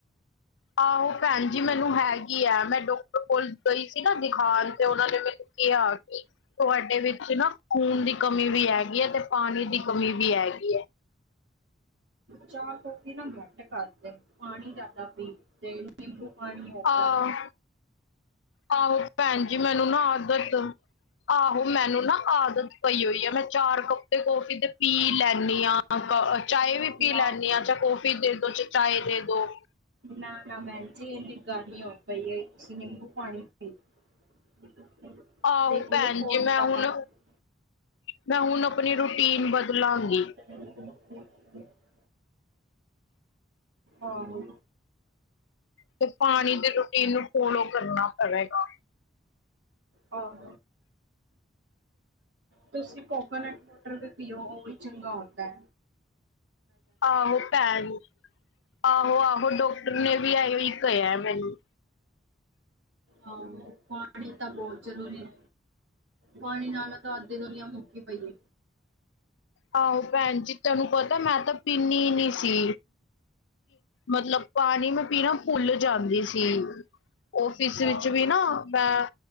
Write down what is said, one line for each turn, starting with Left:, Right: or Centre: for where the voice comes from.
Left: ਆਹੋ ਭੈਣ ਜੀ, ਮੈਨੂੰ ਹੈਗੀਆ ਮੈਂ ਡਾਕਟਰ ਕੋਲ ਗਈ ਸੀ ਨਾ ਦਿਖਾਣ ਤੇ ਓਨਾਂ ਨੇ ਮੈਨੂੰ ਕੇਆ ਕੀ ਤੁਆਡੇ ਵਿੱਚ ਨਾ ਖੂਨ ਦੀ ਕਮੀ ਵੀ ਹੈਗੀਆ, ਤੇ ਪਾਣੀ ਦੀ ਕਮੀ ਵੀ ਹੈਗੀਏ।
Right: ਚਾਹ-ਕੌਫੀ ਨਾ ਘੱਟ ਕਰਦੇ ਪਾਣੀ ਜਾਦਾ ਪੀ ਤੇ ਨਿੰਬੂ ਪਾਣੀ ਹੋ ਹੋ ਗਯਾ।
Left: ਆਹ ਆਹੋ ਭੈਣ ਜੀ, ਮੈਨੂੰ ਨਾ ਆਦਤ ਆਹੋ ਮੈਨੂੰ ਨਾ ਆਦਤ ਪਈ ਹੋਈਏ, ਮੈਂ ਚਾਰ ਕਪੜੇ ਧੋਕੇ ਤੇ ਪੀ ਲੈਨੀਂ ਆ। ਚਾਏ ਵੀ ਪੀ
Right: ਨਾ
Left: ਲੈਂਨੀਂਆ ਯਾਂ ਕੌਫੀ ਦੇਦੋ ਚਾਏ ਚਾਏ ਦੇਦੋ।
Right: ਨਾ-ਨਾ ਮੈ ਜੀ ਏਨੀ ਗੱਲ ਨਈ ਹੋਈ ਪਈ, ਤੁਸੀਂ ਨਿੰਬੂ ਪਾਣੀ <inaudible>
Left: ਆਹੋ
Right: ਗਲੂਕੋਜ਼
Left: ਭੈਣ ਜੀ, ਮੈਂ
Right: ਦਾ
Left: ਹੁਨ
Right: ਪਾਣੀ
Left: ਮੈਂ ਹੁਨ ਅਪਨੀ ਰੂਟੀਨ ਬਦਲਾਂਗੀ।
Right: <inaudible> <inaudible> ਆਹੋ।
Left: ਤੇ ਪਾਣੀ ਦੇ ਰੂਟੀਨ ਨੂੰ ਫੋਲੋ ਕਰਨਾ ਪਏਗਾ।
Right: ਆਹ <unintelligible> ਤੁਸੀਂ ਕੋਕੋਨਟ ਵੋਟਰ ਵੀ ਪੀਓ, ਓਵੀ ਚੰਗਾ ਹੁੰਦੈ।
Left: ਆਹੋ ਭੈਣ, ਆਹੋ-ਆਹੋ ਡਾਕਟਰ ਨੇ ਵੀ ਐਹੋ ਕੇਯਾ ਮੈਨੂੰ।
Right: ਆਹੋ ਪਾਣੀ ਤਾਂ ਬਹੋਤ ਜਰੂਰੀ ਐ। ਪਾਣੀ ਨਾਲੋਂ ਤਾਂ ਅੱਧੀ ਦੁਨੀਆਂ ਮੁੱਕੀ ਪਈਏ।
Left: ਆਹੋ ਭੈਣ ਜੀ। ਤੈਨੂੰ ਪਤੈ ਮੈਂ ਤਾਂ ਪੀਂਨੀ ਈ ਨੀਸੀ, ਮਤਲਬ ਪਾਣੀ ਨੂੰ ਪੀਣਾ ਭੁੱਲ ਜਾਂਦੀ ਸੀ, ਓਫਿਸ ਵਿੱਚ
Right: ਆਹੋ
Left: ਵੀ ਨਾ ਮੈਂ